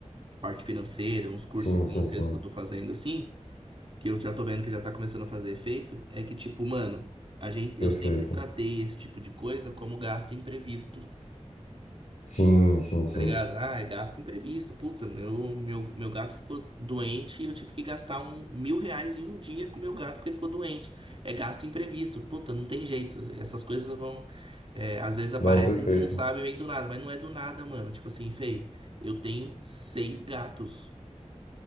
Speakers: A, on the right (about 45°); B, on the left (about 85°).
A: parte financeira, uns cursos
B: sim,
A: financeiros
B: sim, sim.
A: que eu tô fazendo assim, que eu já tô vendo que já tá começando a fazer efeito, é que, tipo, mano, a gente,
B: Perfeito.
A: eu sempre tratei esse tipo de coisa como gasto imprevisto.
B: Sim, sim, sim.
A: Tá ligado? Ah, é gasto imprevisto. Puta, meu, meu, meu gato ficou doente e eu tive que gastar um mil reais em um dia com meu gato porque ele ficou doente. É gasto imprevisto. Puta, não tem jeito. Essas coisas vão. é, às vezes aparece,
B: Não, perfeito.
A: a gente não sabe, vem do nada, mas não é do nada, mano. Tipo assim, Fei, eu tenho seis gatos.